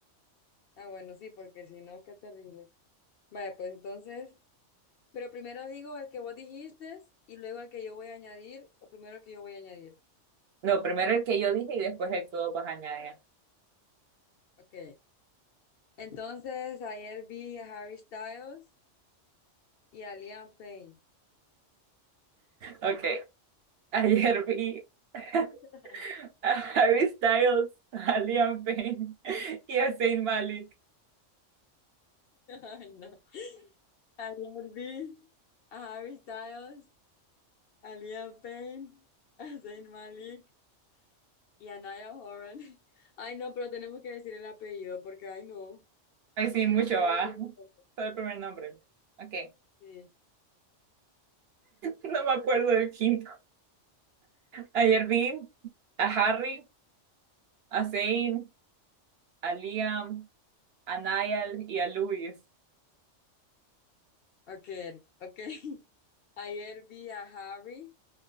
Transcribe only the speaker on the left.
Ah, bueno, sí, porque si no, qué terrible. vaya pues entonces, pero primero digo el que vos dijiste y luego el que yo voy a añadir, o primero el que yo voy a añadir.
Ok. Entonces, ayer vi a Harry Styles y a Liam Payne.
<laughs>
Ay, no. Ayer vi a Harry Styles, a Liam Payne, a Zayn Malik y a Niall Horan. <laughs> Ay, no, pero tenemos que decir el apellido porque, ay, no.
Yo
digo que solo
el primer nombre.
Sí.
Ok, ok. <laughs> Ayer vi a Harry,